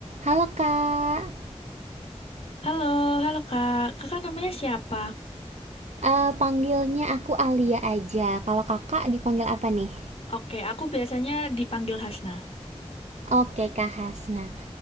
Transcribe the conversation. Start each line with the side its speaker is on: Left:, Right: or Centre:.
Right: Halo kak,
Left: Halo, halo Kak. Kakak namanya siapa?
Right: Eh, panggilnya aku Alia aja. Kalau kakak dipanggil apa nih?
Left: Oke, aku biasanya dipanggil Hasna.
Right: Oke kak Hasna.